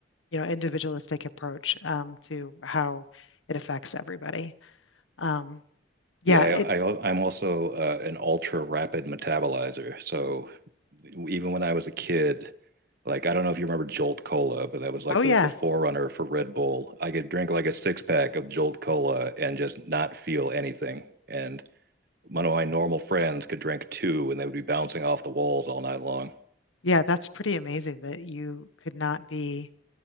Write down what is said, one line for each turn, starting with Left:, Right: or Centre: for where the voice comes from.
Left: you know, individualistic approach um, to how it affects everybody. Um, yeah,
Right: Yeah,
Left: it,
Right: I, am also uh, an ultra rapid metabolizer. So even when I was a kid, like I don't know if you remember Jolt Cola, but that was like
Left: oh yeah.
Right: the the forerunner for Red Bull. I could drink like a six pack of Jolt Cola and just not feel anything. And one of my normal friends could drink two, and they would be bouncing off the walls all night long.
Left: Yeah, that's pretty amazing that you could not be